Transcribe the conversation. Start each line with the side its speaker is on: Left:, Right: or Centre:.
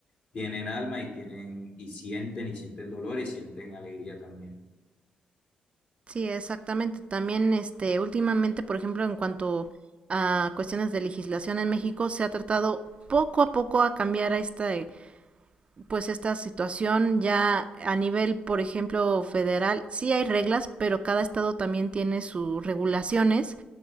Left: tienen alma y tienen, y sienten, y sienten dolor y sienten alegría también.
Right: Sí, exactamente. También, este, últimamente, por ejemplo, en cuanto a cuestiones de legislación en México, se ha tratado poco a poco a cambiar a este pues esta situación ya a nivel, por ejemplo, federal, sí hay reglas, pero cada estado también tiene sus regulaciones